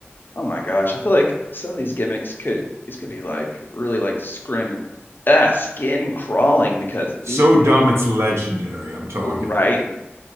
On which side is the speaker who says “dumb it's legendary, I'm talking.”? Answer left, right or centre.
Right